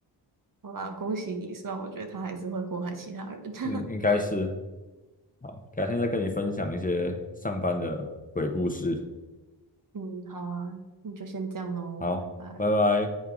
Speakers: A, on the right; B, on the left.
A: 好啦，恭喜你，虽然我觉得他还是会祸害其他人。<laughs>
B: 嗯，应该是。好，改天再跟你分享一些上班的鬼故事。
A: 嗯，好啊，那就先这样喽，
B: 好，
A: 拜拜。
B: 拜拜。